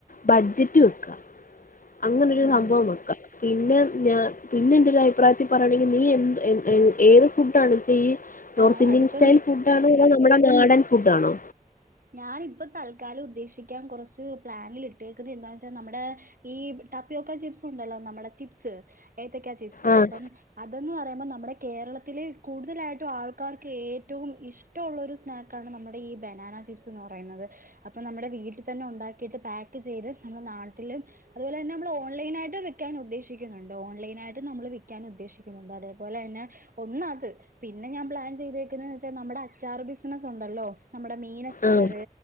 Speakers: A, on the left; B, on the right.
A: ബഡ്ജറ്റ് വെക്കാ അങ്ങനൊരു
B: ഉം
A: സംബവം വെക്കാ പിന്നെ ഞാ പിന്നെ എന്റെ ഒരു അഭിപ്രായത്തി പറയാണെങ്കി നീ എന്ത് ഏത് ഫുഡാണ് ചെയ്യ് നോർത്ത്
B: ആ
A: ഇന്ത്യൻ
B: അതിപ്പം
A: സ്റ്റൈൽ ഫുഡ് ആണ് <unintelligible> ഇവിടെ നാടൻ ഫുഡാണോ
B: ഞാനിപ്പ തൽക്കാലം ഉദ്ദേശിക്കാൻ കുറച്ച് പ്ലാനിൽ ഇട്ടേക്കുന്നത് എന്താന്ന് വച്ചാൽ നമ്മുടെ ഈ ടപ്പ്യോക്ക ചിപ്സ് ഉണ്ടല്ലോ നമ്മുടെ ചിപ്സ് ഏത്തക്കാ ചിപ്സ്
A: ആഹ്
B: അപ്പം അതെന്ന് പറയമ്പോ നമ്മടെ കേരളത്തില് കൂടുതലായിട്ടും ആൾക്കാർക്ക് ഏറ്റവും ഇഷ്ടവൊള്ളൊരു സ്നാക്കാണ് നമ്മുടെ ഈ ബനാന ചിപ് അപ്പൊ നമ്മുടെ വീട്ടിൽതന്നെ ഉണ്ടാക്കീട്ട് പാക്ക് ചെയ്ത് നമ്മള് നാട്ടില് അതു പോലെ തന്നെ ഓൺലൈൻ ആയിട്ടും വിക്കാൻ ഉദ്ദേശിക്കുന്നുണ്ട് ഓൺലൈൻ ആയിട്ടും നമ്മള് ഉദ്ദേശിക്കുന്നുണ്ട് അതെ പോലെ തന്നെ ഒന്ന് അത് പിന്നെ ഞാൻ പ്ലാൻ ചെയ്‌തേക്കുന്നത് വച്ച നമ്മുടെ അച്ചാർ ബിസിനസ് ഉണ്ടല്ലോ നമ്മുടെ ചാറ്
A: ആഹ്